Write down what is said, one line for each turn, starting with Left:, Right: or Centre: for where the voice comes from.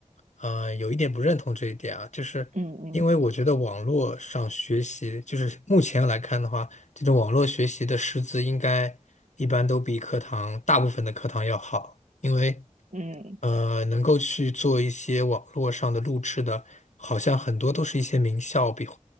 Left: 呃有一点不认同这一点啊，就是因为我觉得网络上学习，
Right: 嗯嗯
Left: 就是目前来看的话。这种网络学习的师资应该一般都比课堂大部分的课堂要好，因为
Right: 嗯
Left: 呃，能够去做一些网络上的录制的，好像很多都是一些名校比，